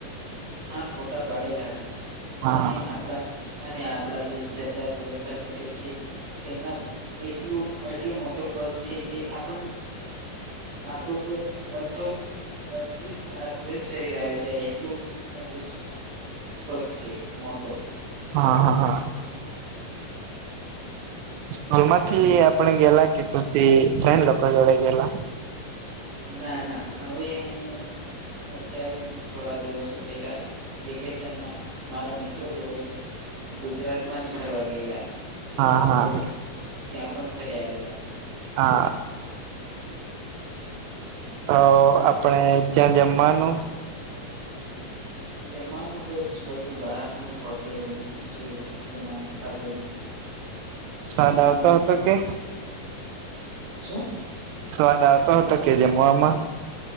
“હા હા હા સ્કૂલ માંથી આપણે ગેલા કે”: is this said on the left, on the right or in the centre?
Right